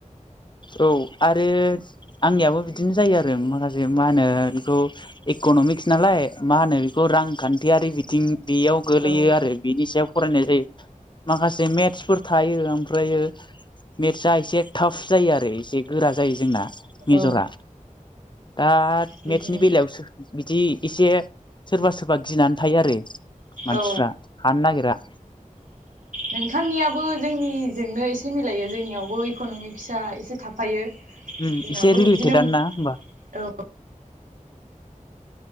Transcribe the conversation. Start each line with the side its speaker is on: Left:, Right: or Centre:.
Left: औ आरो आंनियाबो बिदिनो जायो आरो माखासे मा होनो बेखौ इकनमिक्स नालाय मा होनो बेखौ रांखान्थियारि बिथिं बेयाव गोलैयो
Right: औ
Left: आरो बिनि सायाव फरायनाय जायो माखासे मेटसफोर थायो ओमफ्रायो मेटसा एसे टाफ जायो आरो एसे गोरा जायो जोंना मेजरा
Right: औ
Left: दा
Right: बिदिनो
Left: मेटसनि बेलायावो बिदि एसे सोरबा सोरबा गिनानै थायो आरो मानसिफ्रा
Right: औ
Left: हानो नागिरा
Right: नोंथांनियाबो जोंनि जोंनो एसे मिलायो जोंनियावबो इकनमिक्सा एसे थाफायो
Left: उम
Right: जोंनावबो
Left: एसे रिलेटेदानोना
Right: बिदिनो
Left: होमबा
Right: औ